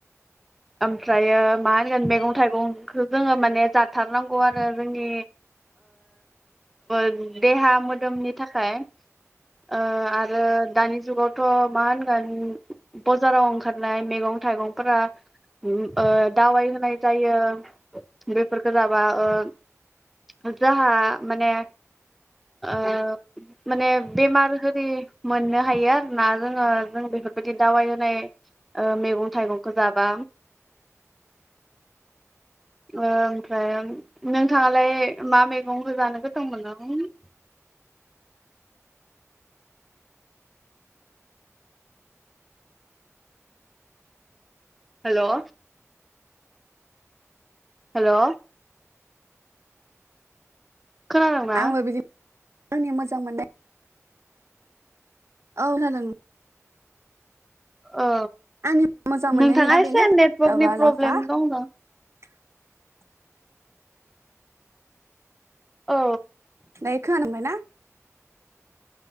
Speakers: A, in the centre; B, on the right.
A: आमफ्रायो मा होनगोन मैगं थाइगंखौ जोङो माने जाथारनांगौ आरो जोंनि ओ देहा मोदोमनि थाखाय ओ आरो दानि जुगावथ' मा होनगोन बाजाराव ओंखारनाय मेगं थाइगंफोरा ओ दावाइ होनाय जायो बेफोरखौ जाबा ओ जाहा माने ओ माने बेमार आरि मोननो हायो आरोना जोङो जों बे बेफोरबायदि दावाय होनाय ओ मैगं थाइगंखौ जाबा <inaudible> ओ ओमफ्राय नोंथाङालाय मा मैगंखौ जानो गोथाव मोनो? <inaudible> हेल' हेल' खोनादोंंना
B: आंबो बिदिनो आंनि मोजां मोननाय औ खोनादों।
A: ओ
B: आंनि मोजां मोननाय
A: नोंथाङा
B: मैगंआ बेनो
A: एसे नेटवर्कनि
B: माबा
A: प्रब्लेम
B: लाफा
A: दं
B: <unintelligible>
A: औ
B: दायो खोनाबाय ना